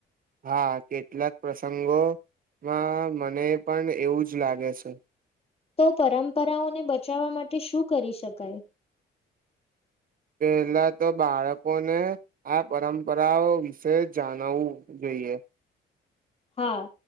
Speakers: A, on the right; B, on the left.
A: હા કેટલાક પ્રસંગોમાં મને પણ એવું જ લાગે છે.
B: તો પરંપરાઓને બચાવવા માટે શું કરી શકાય.
A: પહેલા તો બાળકોને આ પરંપરાઓ વિશે જાણવવું જોઈએ.
B: હા